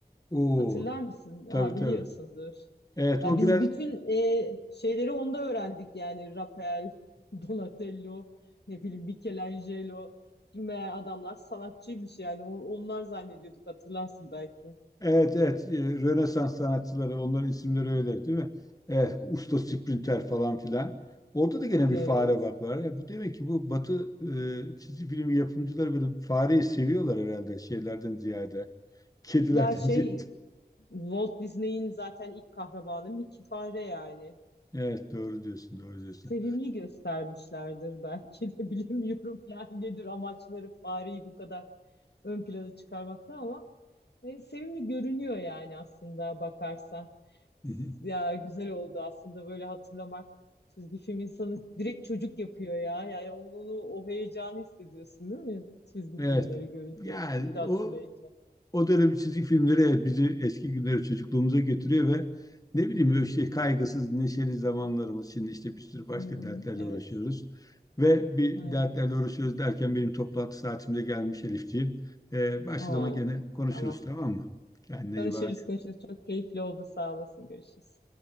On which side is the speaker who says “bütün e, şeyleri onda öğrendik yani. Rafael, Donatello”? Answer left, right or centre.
Left